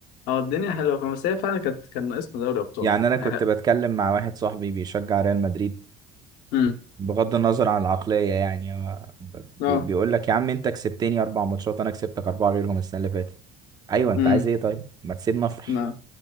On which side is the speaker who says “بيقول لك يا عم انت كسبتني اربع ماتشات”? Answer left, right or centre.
Right